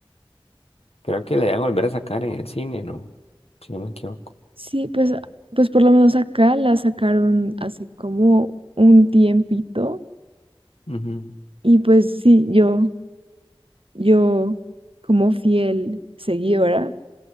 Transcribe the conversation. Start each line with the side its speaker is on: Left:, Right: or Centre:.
Left: Creo que le van a volver a sacar en el cine, ¿no? Si no me equivoco.
Right: Sí, pues, pues por lo menos acá la sacaron hace como un tiempito
Left: Ujú.
Right: y pues sí, yo, yo como fiel seguidora